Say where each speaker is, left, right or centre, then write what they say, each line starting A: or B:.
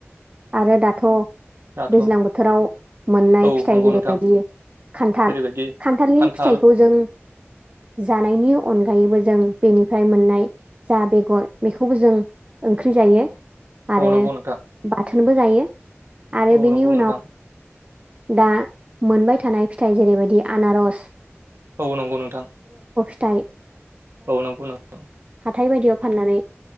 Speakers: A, on the right; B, on the right.
A: आरो दाथ'
B: दाथ'
A: दैज्लां बोथोराव। मोननाय
B: औ
A: फिथाइ
B: नंगौ
A: जेरैबायदि
B: नोंथां
A: खान्थाल
B: जेरैबायदि
A: खान्थालनि
B: खान्थाल
A: फिथाइखौ जों जानायनि अनगायैबो जों बेनिफ्राय मोननाय जा बेगर बेखौबो जों ओंख्रि जायो। आरो
B: औ नंगौ नोंथां
A: बाथोनबो जायो आरो
B: औ
A: बेनि
B: नंगौ
A: उनाव
B: नोंथां
A: दा मोनबाय थानाय फिथाइ जेरैबायदि आनारस
B: औ नंगौ नोंथां
A: दाइ
B: औनांग न
A: हाथथाय बायदियाव फाननानै